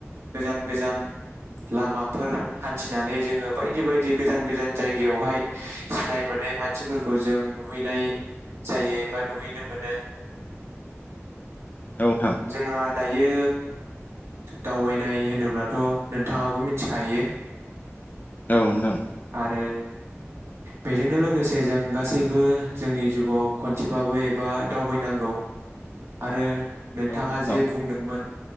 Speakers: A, on the right; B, on the left.
A: गोजान गोजान लामाफोर हान्थिनानै जोङो बायदि बायदि गोजान गोजान जायगायावहाय सिनाय मोनै मानसिफोरखौ जों नुहैनाय जायो एबा नुहैनो मोनो।
B: औ नोंथां औ नोंथां
A: जोंहा दायो दावबायनाय होनोब्लाथ' नोंथाङाबो मिनथिखायो।
B: औ नोंथां औ
A: आरो बेजोंनो लोगोसे, जों गासैबो जोंनि जिवाव खनसेबाबो एबा दावबायनांगौ आरो
B: नोंथां
A: नोंथाङा जे बुंदोंमोन